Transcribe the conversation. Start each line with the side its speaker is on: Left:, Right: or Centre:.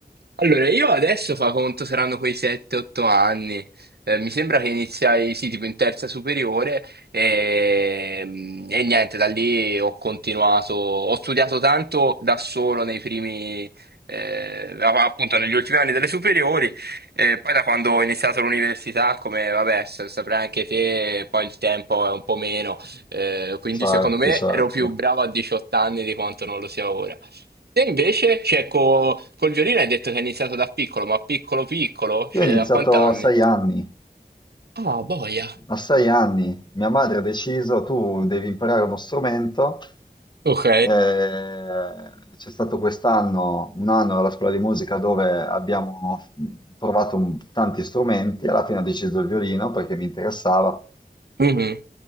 Right: Allora, io adesso fa conto saranno quei 7-8 anni. Eh, mi sembra che iniziai, sì, tipo in terza superiore e, e niente, da lì ho continuato, ho studiato tanto da solo nei primi, eh, appunto negli ultimi anni delle superiori, e poi da quando ho iniziato l'università, come vabbè, sa- saprai anche te, poi il tempo è un po' meno, eh, quindi
Left: Certo,
Right: secondo me
Left: certo.
Right: ero più bravo a 18 anni di quanto non lo sia ora. Te invece, cioè, co- col violino hai detto che hai iniziato da piccolo, ma piccolo piccolo?
Left: Io
Right: Cioè,
Left: ho iniziato
Right: a quant'anni?
Left: a sei anni.
Right: Ah, boia.
Left: A sei anni mia madre ha deciso, tu devi imparare uno strumento.
Right: Ok.
Left: Eh, c'è stato quest'anno un anno alla scuola di musica dove abbiamo provato un- tanti strumenti, alla fine ho deciso il violino perché mi interessava
Right: Mhm,